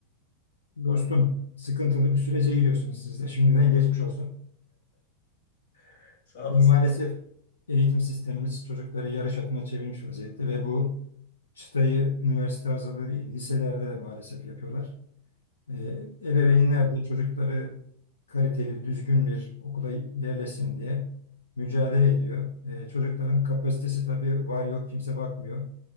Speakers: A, on the left (about 75°); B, on the left (about 55°).
A: Dostum, sıkıntılı bir sürece giriyorsunuz siz de. Şimdiden geçmiş olsun.
B: <laughs> Sağ
A: Maalesef
B: olasın.
A: eğitim sistemimiz çocukları yarış atına çevirmiş vaziyette ve bu çıtayı üniversite hazırlığı değil, liselerde de maalesef yapıyorlar. Ee, ebeveynler
B: Evet,
A: de çocukları kaliteli, düzgün bir okula yerleşsin diye mücadele ediyor. Ee, çocukların kapasitesi tabii var yok kimse bakmıyor.